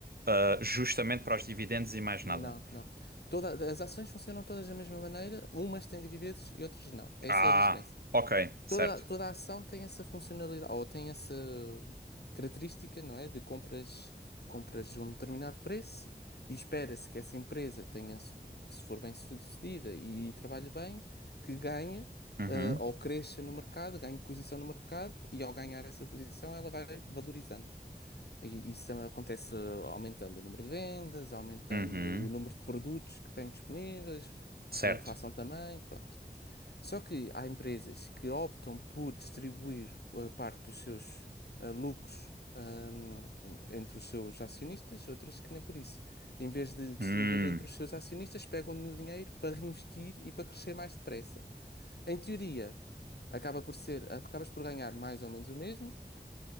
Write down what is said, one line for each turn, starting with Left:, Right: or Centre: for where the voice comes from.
Right: ah, justamente para os dividendos e mais nada?
Left: Não, não. Toda, as ações funcionam todas da mesma maneira, umas têm dividendos e outras não. Essa
Right: Ah,
Left: é a diferença.
Right: ok, certo.
Left: toda, toda a ação tem essa funcionalidade, ou tem essa característica, não é? De compras, compras de um determinado preço e espera-se que essa empresa tenha, se for bem sucedida e, trabalhe bem, que ganhe,
Right: Uhum,
Left: eh, ou cresça no mercado, ganhe posição no mercado e ao ganhar essa posição ela vai valorizando. E isso acontece eh, aumentando o número de vendas, aumentando
Right: uhum,
Left: o número de produtos que tem disponíveis,
Right: certo.
Left: a inflação também, pronto. Só que há empresas que optam por distribuir a parte dos seus ah, lucros hum, entre os seus acionistas, outras que nem por isso. Em vez de distribuir
Right: Hum,
Left: entre os seus acionistas, pegam no dinheiro para reinvestir e para crescer mais depressa. Em teoria, acaba por ser, acabas por ganhar mais ou menos o mesmo.